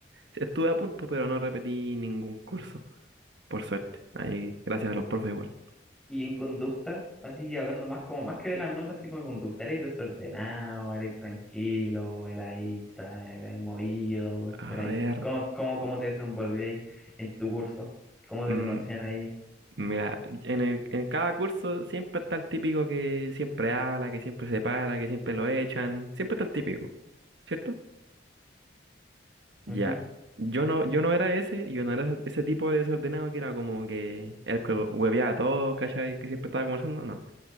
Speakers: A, on the right; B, in the centre.
A: estuve a punto, pero no repetí ningún curso. Por suerte. Ahí, gracias a los profes igual.
B: Y en conducta, así hablando más como más que de las notas, así como de conducta, eres desordenado, eres tranquilo, eres ahí, tra- erais movido, pero
A: A
B: ahí,
A: ver.
B: ¿cómo, cómo, cómo te desenvolvías en tu curso? ¿Cómo
A: mm,
B: te conocían ahí?
A: Mira, en el- en cada curso siempre está el típico que siempre habla, que siempre se para, que siempre lo echan, siempre está el típico, ¿cierto? Ya.
B: Ujú,
A: Yo no, yo no era ese, yo no era ese ese tipo de desordenado que era como que el que hueveaba todo, ¿cachai? Que siempre estaba conversando, no.